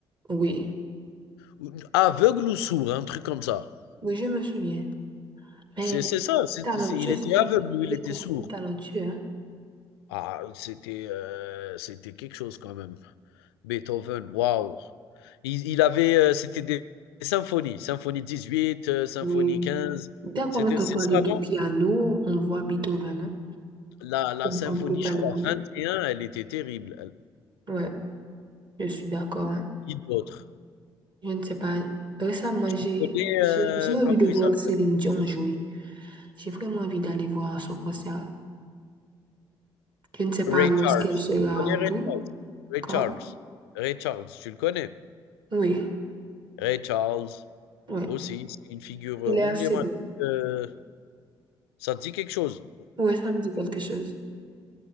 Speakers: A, on the right; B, on the left.
A: Oui,
B: Ou aveugle ou sourd, un truc comme ça.
A: oui, je me souviens. Mais
B: C'est
A: il
B: c'est ça,
A: est
B: c'est
A: si talentueux,
B: c'est il était
A: cet
B: aveugle
A: homme.
B: ou
A: Il
B: il était
A: était
B: sourd.
A: si talentueux. hein.
B: Ah, c'était, heu, c'était quelque chose quand même. Beethoven, waouh! Il il avait, heu, c'était des symphonies, symphonie 18, heu, symphonie
A: Oui.
B: 15.
A: Dès qu'on
B: C'était
A: entend
B: c'est
A: parler
B: ça,
A: de
B: non?
A: piano, on voit Beethoven. hein.
B: La la symphonie,
A: On ne peut pas
B: je crois,
A: l'oublier.
B: vingt et un, elle était terrible, elle.
A: Ouais, je suis d'accord. hein.
B: Qui d'autre?
A: Je ne sais pas. Récemment,
B: Tu
A: j'ai
B: connais,
A: j'ai
B: heu,
A: j'ai envie
B: comment
A: de voir
B: il s'appelle?
A: Céline Dion jouer. J'ai vraiment envie d'aller voir son concert. Je ne sais pas
B: Ray
A: lorsqu'elle
B: Charles.
A: sera
B: Tu connais
A: en
B: Ray
A: tout.
B: Charles? Ray
A: Quand?
B: Charles. Ray Charles, tu le connais?
A: Oui,
B: Ray Charles,
A: oui.
B: aussi, c'est une figure,
A: Il
B: heu,
A: est
B: emblématique,
A: assez beau.
B: heu, ça te dit quelque chose?
A: Oui, ça me dit quelque chose.